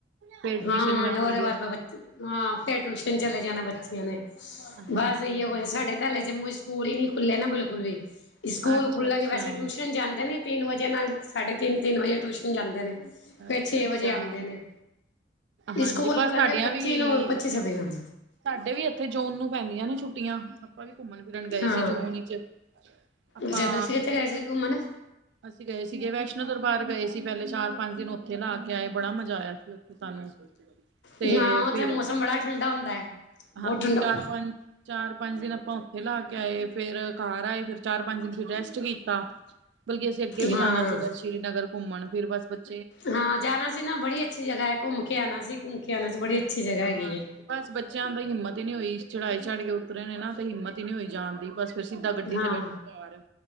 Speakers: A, on the right; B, on the left.
A: ਫੇਰ ਟਿਊਸ਼ਨ
B: ਹਾਂ
A: ਜਾਣਗੇ
B: ਓਦੇ ਬਾ ਫੇਰ ਬੱਚੇ ਹਾਂ, ਫੇਰ ਟਿਊਸ਼ਨ ਚਲੇ ਜਾਨੈ ਬੱਚਿਆਂ ਨੇ
A: ਹਾਂਜੀ
B: ਬਸ ਏ ਈ ਓ
A: ਹਾਂਜੀ
B: ਕੁਛ, ਸਾਡੇ ਤਾਂ ਹਲੇੇ ਜੰਮੂ 'ਚ ਸਕੂਲ ਹੀ ਨੀ ਖੁੱਲੇ ਨਾ ਬਿਲਕੁਲ ਵੀ। ਈ ਸਕੂਲ
A: ਅੱਛਾ
B: ਖੁੱਲ੍ਹ
A: ਅੱਛਾ
B: ਵੈਸੇ ਟਿਊਸ਼ਨ ਜਾਂਦੇ ਨੇਂ ਤੀਨ ਵਜੇ ਨਾਲ ਸਾਢੇ ਤੀਨ ਤੀਨ ਵਜੇ ਟਿਊਸ਼ਨ ਜਾਂਦੇ ਨੇ, ਫਿਰ
A: ਅੱਛਾ-ਅੱਛਾ
B: ਛੇ ਵਜੇ ਆਂਦੇ ਨੇ।
A: ਹਾਂਜੀ,
B: ਸਕੂਲ
A: ਬਸ
B: ਖੁੱਲਣਗੇ
A: ਸਾਡੀਆਂ
B: ਪੱਚੀ
A: ਵੀ
B: ਨੂੰ ਪੱਚੀ ਛੱਬੀ ਨੂੰ
A: ਸਾਡੇ ਵੀ ਏਥੇ ਜੂਨ ਨੂੰ ਪੈਂਦੀਆਂ ਨੇ ਛੁੱਟੀਆਂ। ਆਪਾਂ ਵੀ ਘੁੰਮਨ-ਫਿਰਨ ਗਏ
B: ਹਾਂ
A: ਸੀ ਜੂਨ ਈ 'ਚ ਆਪਾਂ
B: ਅੱਛਾ ਤੁਸੀਂ ਕਿੱਥੇ ਗਏ ਸੀ ਘੁੰਮਣ
A: ਅਸੀਂ ਗਏ ਸੀਗੇ ਵੈਸ਼ਨੋ ਦਰਬਾਰ ਗਏ ਸੀ ਪੈਲੇ ਚਾਰ ਪੰਜ ਦਿਨ ਓਥੇ ਲਾ ਕੇ ਆਏ ਬੜਾ ਮਜ਼ਾ ਆਇਆ ਸੀ ਓਥੇ ਸਾਨੂੰ ਤੇ
B: ਹਾਂ ਉੱਥੇ
A: ਫਿਰ
B: ਮੌਸਮ ਬੜਾ ਠੰਡਾ ਹੁੰਦਾ ਹੈ ਬਹੁਤ
A: ਹਾਂਜੀ
B: ਠੰਡਾ
A: ਚਾਰ-ਪੰਜ ਚਾਰ-ਪੰਜ ਦਿਨ ਆਪਾਂ ਉੱਥੇ ਲਾ ਕੇ ਆਏ, ਫੇਰ ਕਰ ਆਏ ਫਿਰ ਚਾਰ-ਪੰਜ ਦਿਨ ਫਿਰ ਰੈਸਟ ਕੀਤਾ। ਬਲਕਿ ਅਸੀਂ ਅੱਗੇ ਵੀ
B: ਹਾਂ
A: ਜਾਨਾ ਸੀਗਾ ਸ਼੍ਰੀ ਨਗਰ ਘੁੰਮਣ ਫਿਰ ਬਸ ਬਚ
B: ਹਾਂ ਜਾਨਾ ਸੀ ਨਾ ਬੜੀ ਅੱਛੀ ਜਗ੍ਹਾ ਐ, ਕੁੰਮ ਕੇ ਆਨਾ ਸੀ, ਕੁੰਮ ਕੇ ਆਨਾ ਸੀ, ਬੜੀ ਅੱਛੀ ਜਗਾ
A: ਹਾਂ
B: ਹੈਗੀ ਏ।
A: ਬਸ ਬੱਚਿਆਂ ਦਾ ਹਿੰਮਤ ਈ ਨੀ ਹੋਈ ਚੜ੍ਹਾਈ ਚੜ ਕੇ ਉਤਰੇ ਨੇ ਨਾ ਤੇ ਹਿੰਮਤ ਹੀ ਨੀ ਹੋਈ ਜਾਣ ਦੀ ਬਸ ਫਿਰ ਸਿੱਧਾ ਗੱਡੀ
B: ਹਾਂ
A: ਤੇ ਬੈਠੇ ਘਰ